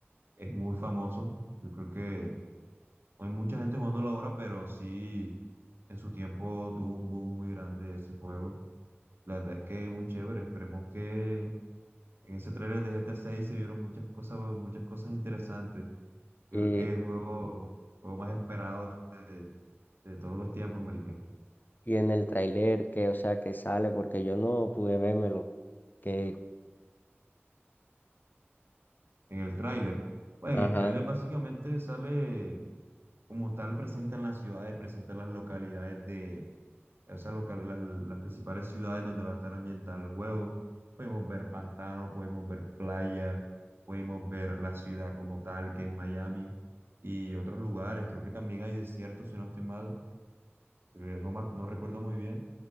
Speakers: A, on the right; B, on the left.
A: es muy famoso. Yo creo que no hay mucha gente jugándolo ahora, pero sí en su tiempo tuvo un boom muy grande ese juego. La verdad es que es muy chévere. Esperemos que en ese trailer de GTA 6 se vieron muchas cosas, muchas cosas interesantes. Yo
B: Y,
A: creo que es el juego, juego más esperado de, de todos los tiempos, marica.
B: y en el tráiler que, o sea, que sale, porque yo no pude vérmelo, que,
A: En el tráiler. Pues
B: ajá,
A: en el tráiler básicamente sale como tal, presentan las ciudades, presentan las localidades de, o sea, local- las, las principales ciudades donde va a estar ambientado el juego. Podemos ver pantano, podemos ver playa, podemos ver la ciudad como tal, que es Miami, y otros lugares. Creo que también hay desiertos, si no estoy mal. eh, no, me ac- no recuerdo muy bien,